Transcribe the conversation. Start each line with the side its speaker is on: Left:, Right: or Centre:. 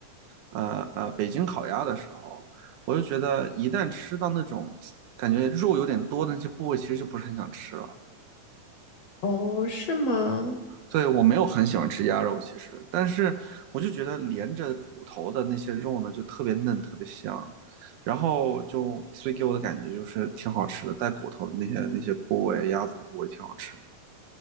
Right: 呃呃，北京烤鸭的时候，我就觉得一旦吃到那种感觉肉有点多的那些部位，其实就不是很想吃了。
Left: 哦，是吗？
Right: 对，我没有很喜欢吃鸭肉，其实，但是我就觉得连着骨头的那些肉呢，就特别嫩，特别香，然后就所以给我的感觉就是挺好吃的，带骨头的那些那些部位，鸭子的部位挺好吃的，